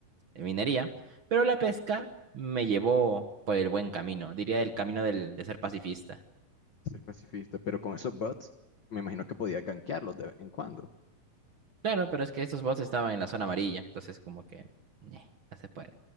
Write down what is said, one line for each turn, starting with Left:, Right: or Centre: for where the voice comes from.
Right: en minería, pero la pesca me llevó por el buen camino, diría el camino del, de ser pacifista.
Left: ser pacifista. Pero con esos bots, me imagino que podía gankearlos de vez en cuando.
Right: Claro, pero es que esos bots estaban en la zona amarilla, entonces como que ñe, no se puede.